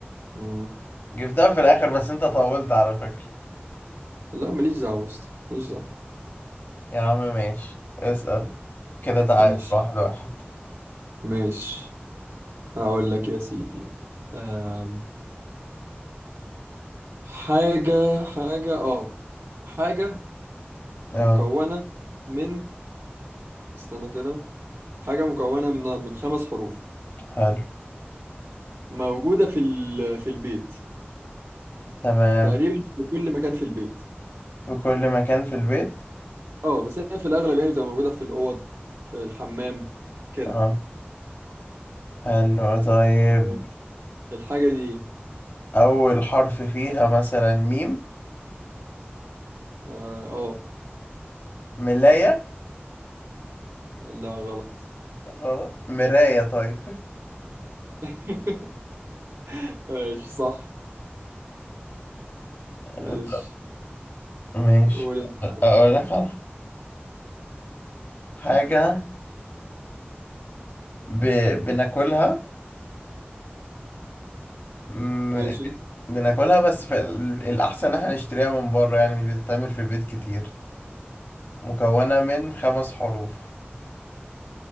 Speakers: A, on the right (about 80°); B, on the left (about 55°).
A: مم.
B: جبتها في الآخر بس أنت طولت على فكرة
A: لا ماليش دعوة يا اسطى، ماليش دعوة
B: يا عم ماشي اسأل كده تعادل
A: ماشي
B: واحد واحد
A: ماشي هقول لك يا سيدي آم، حاجة حاجة اه حاجة
B: اه
A: مكونة من استنى كده حاجة مكونة من من خمس حروف
B: حلو
A: موجودة في ال- في البيت
B: تمام
A: تقريبا في كل مكان في البيت
B: في كل مكان في البيت
A: اه بس هي في الأغلب يعني بتبقى موجودة في الأوض في الحمام كده
B: اه حلو طيب
A: آه، الحاجة دي
B: أول حرف فيها مثلا ميم
A: اه آه،
B: ملاية
A: لا غلط
B: غلط مراية طيب
A: <laughs> ماشي صح
B: <laughs>
A: ماشي
B: ماشي
A: قول انت حاجة
B: أقول لك على حاجة ب... بناكلها مم،
A: ماشي
B: بن- بناكلها بس في ال- الأحسن إن احنا نشتريها من بره يعني مش بتتعمل في البيت كتير مكونة من خمس حروف